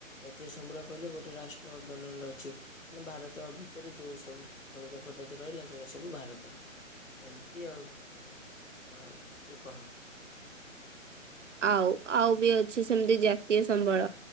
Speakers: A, on the left; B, on the right.
A: ଜାତୀୟ ସମ୍ବଳ କହିଲେ ଗୋଟେ ରାଷ୍ଟ୍ର ଅଧିନରେ ଅଛି। ମାନେ ଭାରତ ଭିତରେ ଯୋଉ ସବୁ ଖଣିଜ ପଦାର୍ଥ ରହିଲା ସେଗୁଡ଼ା ସବୁ ଭାରତର। ଏମତି ଆଉ ଆଉ ତୁ କହ।
B: ଆଉ ଆଉ ବି ଅଛି ସେମିତି ଜାତୀୟ ସମ୍ବଳ